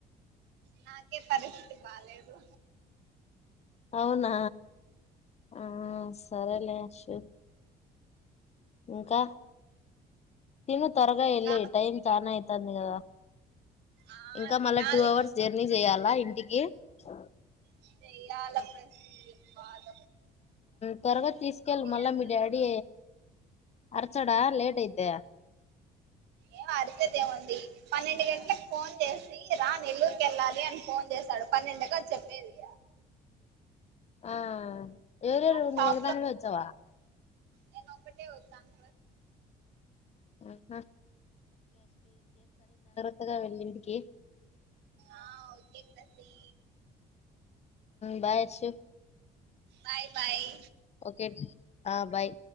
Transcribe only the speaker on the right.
నాకే పరిస్థితి బాలేదు
ఇంకా
ఆ
తినాలి
స అలాప్పు కాాల
ఎండకు
ఏం అరిసేదేముంది పన్నెండు గంటలకి ఫోన్ చేసి రా నెల్లూరుకి వెళ్ళాలి అని ఫోన్ చేసాడు పన్నెండుక చెప్పేది
వాళ్ళ
షాప్
లో
నేను ఒకటే వచ్చాను
ఆ ఓకే ప్రతి
బాయ్ బాయ్